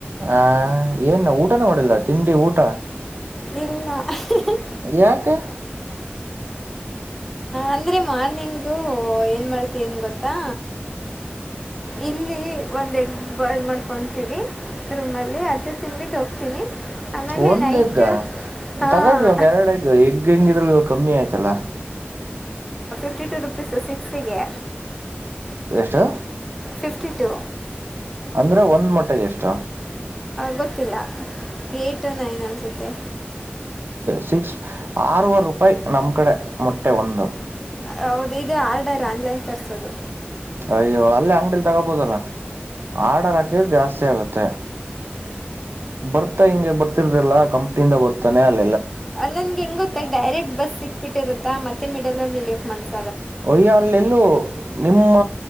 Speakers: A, on the right; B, in the centre.
A: ಹ ಏನ್ ಊ ಊಟ ಕೊಲ್ಲ ತಿಂಡಿ ಊಟ
B: ಇಲ್ಲ
A: ಯಾಕೆ
B: ಅಂದರೆ ಮಾರ್ನಿಂಗು ಏನು ಮಾಡ್ತೀನಿ ಗೊತ್ತಾ ಇಲ್ಲಿ ಒಂದು ಎಗ್ ಬಾಯ್ಲ್ ಮಾಡ್ಕೊತೀವಿ ರೂಮಲ್ಲಿ ಅದ ತಿಿಂದ್ಬಿಟ್ಟು ಹೋಗ್ತೀನಿ ಆಮೇಲೆ
A: ಒಂದ
B: ನೈಟ್
A: ಹೆಗ್ಗ
B: ಹಾಂ
A: ತಗಳ್ರಿ ಒಂದ್ ಎರಡಗ್ ಎಗ್ ಇದ್ರಲ್ಲಿ ಇವಾಗ ಕಮ್ಮಿ ಆಯ್ತಲ್ಲ
B: ಫರ್್ಟಿ ಟು ರುಪೀಸು ಸಿಕ್ಸಿಗೆ
A: ಎಷ್ಟು
B: ಫಿಫ್ಟಿ ಟು
A: ಅಂದ್ರೆ ಒಂದ್ ಮಟ್ಟೆಗೆ ಎಷ್ಟ
B: ಗೊತ್ತಿಲ್ಲ ಏಯ್ಟು ನೈನ್ ಅನ್ಸುತ್ತೆ
A: ಸಿಕ್ಸ್ ಆರವರೆ ರೂಪಾಯಿ ನಮ್ ಕಡೆ ಮೊಟ್ಟೆ ಒಂದು
B: ಹೌದ ಇೇ ಆರ್ಡರ್ ಆನ್ಲೈನ್ ತರಿಸೋದು
A: ಅಯ್ಯೋ ಅಲ್ಲೇ ಅಂಗಡಿಲಿ ತಗೋಬೋುದಲ್ಲ ಆಡರ್ ಹಾಕಿದಿದ ಜಾಸ್ತಿ ಆಗುತ್ತೆ ಬರ್ತಾ ಹಿಂಗೆ ಬರ್ತಾ ಲ್ಲ ಕಂಪ್ನಿಯಿಂದ ಬರ್ತಾನೆ ಅಲ್ಲಿ
B: ನನ್ಗೆ ಹೆಂಗ ಗೊತ್ತ ಡೈರೆಕ್ಟ್ ಬಸ್ ಸಿಕ್ಬಿಟ್ಟಿರುತ್ತಾ ಮತ್ತೆ ಮ ಲ್ಲಕ್ ಮನ್ಸ
A: ಒಯ್ಯ! ಅಲ್ಲೆಲ್ಲೂ, ನಿಮ್ಮ